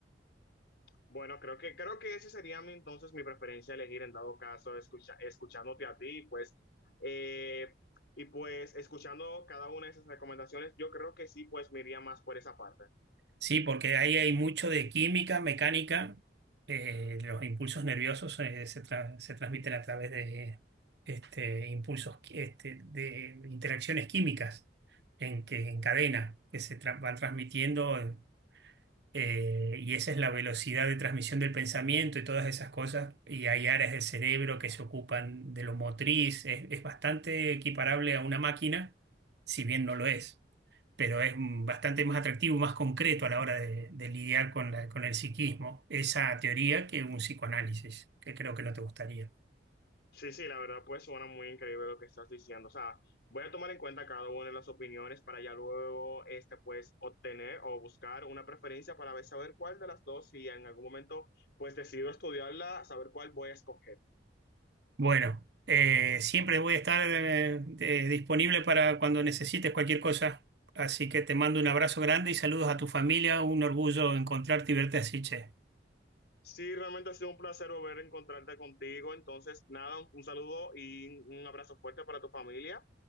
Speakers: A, on the left; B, on the right.
A: Bueno, creo que, creo que ese sería mi, entonces mi preferencia elegir en dado caso, escucha, escuchándote a ti, pues, eh, y pues escuchando cada una de esas recomendaciones, yo creo que sí, pues me iría más por esa parte.
B: Sí, porque ahí hay mucho de química, mecánica, eh, los impulsos nerviosos eh, se, tra- se transmiten a través de este, impulsos, qui- este, de interacciones químicas en, que, en cadena que se tra- van transmitiendo. eh, y esa es la velocidad de transmisión del pensamiento y todas esas cosas, y hay áreas del cerebro que se ocupan de lo motriz, es, es bastante equiparable a una máquina, si bien no lo es, pero es mm, bastante más atractivo, más concreto a la hora de, de lidiar con la- con el psiquismo, esa teoría que un psicoanálisis, que creo que no te gustaría.
A: Sí, sí, la verdad pues suena muy increíble lo que estás diciendo. O sea, voy a tomar en cuenta cada una de las opiniones para ya luego este pues obtener o buscar una preferencia para ver- saber cuál de las dos, si en algún momento pues decido estudiarla, saber cuál voy a escoger.
B: Bueno, eh, siempre voy a estar eh, de- disponible para cuando necesites cualquier cosa. Así que te mando un abrazo grande y saludos a tu familia. Un orgullo encontrarte y verte así, che.
A: Sí, realmente ha sido un placer volver a encontrarte contigo. Entonces, nada, un un saludo y un abrazo fuerte para tu familia.